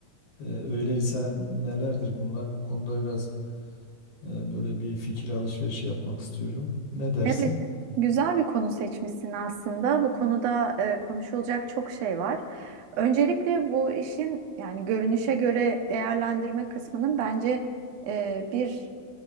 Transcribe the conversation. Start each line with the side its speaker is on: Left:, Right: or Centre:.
Left: Eee, öyleyse nelerdir bunlar? Bu konuda biraz e, Böyle bir fikir alışverişi yapmak istiyorum. Ne dersin?
Right: Evet, güzel bir konu seçmişsin aslında. Bu konuda e, konuşulacak çok şey var. Öncelikle bu işin yani görünüşe göre değerlendirme kısmının bence e, bir